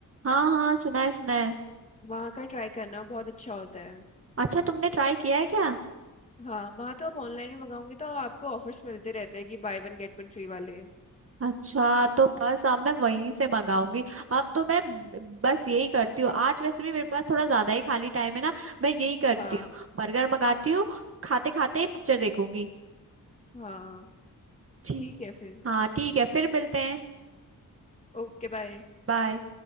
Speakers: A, on the right (about 45°); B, on the left (about 20°).
A: हाँ हाँ सुना है सुना है
B: वहाँ का ट्राई करना बहुत अच्छा होता है
A: अच्छा तुमने ट्राई किया है क्या
B: हाँ वहाँ तो आप ऑनलाइन में मंगाओगे तो आपको ऑफर्स मिलते रहते हैं कि buy one get one free वाले
A: अच्छा तो बस अब मैं वहीं से मंगाऊंगी अब तो मैं ब- बस यही करती हूँ आज वैसे भी मेरे पास थोड़ा ज्यादा ही खाली टाइम है ना मैं यही करती
B: हाँ
A: हूँ बर्गर मंगाती हूँ खाते खाते पिक्चर देखूंगी
B: हाँ
A: ठीक
B: ठीक है फिर
A: हाँ ठीक है फिर मिलते हैं
B: Okay bye
A: बाय